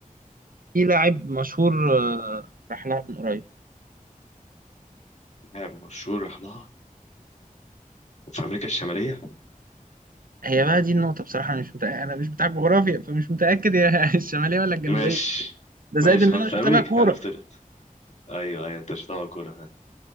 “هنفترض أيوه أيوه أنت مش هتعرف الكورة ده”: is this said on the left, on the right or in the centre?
Left